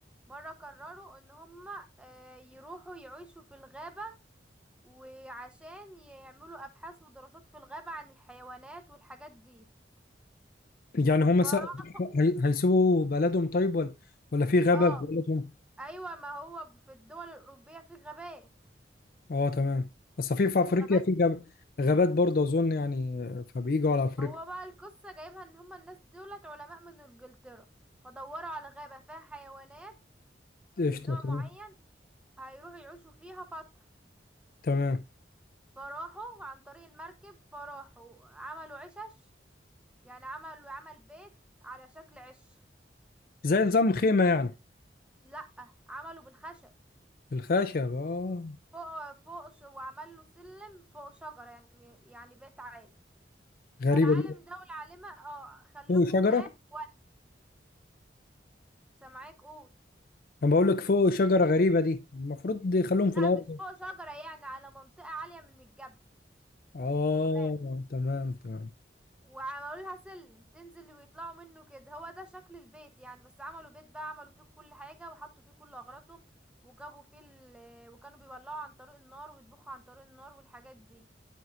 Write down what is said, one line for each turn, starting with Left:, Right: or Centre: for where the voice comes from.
Centre: مرة قرروا ان هما آه، يروحوا يعيشوا في الغابة وعشان يعملوا ابحاث ودراسات في الغابة عن الحيوانات والحاجات دي
Left: يعني هما
Centre: فراح
Left: س... هي... هيسيبوا بلدهم طيب ولا ولا في غابة
Centre: اه
Left: في بلدهم؟
Centre: ايوه ما هو في الدول الاوروبية في غابات
Left: آه تمام بس في في أفريقيا
Centre: الغابات
Left: في غاب... غابات برضه أظن يعني فبيجوا على أفريقيا
Centre: هو بقى القصة جايبها ان هما الناس دولت علماء من انجلترا فدوروا على غابة فيها حيوانات
Left: قشطة
Centre: من نوع
Left: تمام
Centre: معين هيروحوا يعيشوا فيها فترة
Left: تمام
Centre: فراحوا عن طريق المركب فراحوا عملوا عشش يعني عملوا عمل بيت على شكل عش
Left: زي نظام خيمة يعني
Centre: لأ عملوا بالخشب
Left: بالخشب آه
Centre: فوق فوق ش- وعمل له سلم فوق شجرة يعني يعني بيت عالي
Left: غريبة
Centre: فالعالم
Left: دي
Centre: ده والعالمة اه خلفوا
Left: هو شجرة
Centre: هناك و... سامعاك قول
Left: انا بقول لك فوق شجره غريبه دي المفروض يخلوهم
Centre: لا
Left: في الارض
Centre: مش فوق شجرة يعني على منطقة عالية من الجبل
Left: اه
Centre: في الغابة
Left: تمام تمام
Centre: وعملوا لها سلم تنزل ويطلعوا منه كده هو ده شكل البيت يعني بس عملوا بيت بقى عملوا فيه كل حاجة وحطوا فيه كل أغراضهم وجابوا فيه ال... آه، وكانوا بيولعوا عن طريق النار ويطبخوا عن طريق النار والحاجات دي